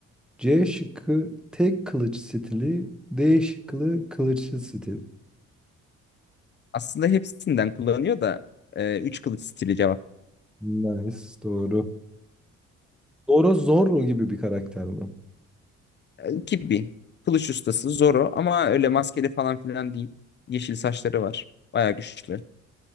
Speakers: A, in the centre; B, on the left (about 35°).
A: C şıkkı tek kılıç stili, D şıkkı kılıçlı stil.
B: Aslında hepsinden kullanıyor da e, üç kılıç stili cevap.
A: Nice, doğru. Doğru Zorro gibi bir karakter mi?
B: E, Gibi. Kılıç ustası Zoro ama öyle maskeli falan filan değil. Yeşil saçları var. Bayağı güçlü.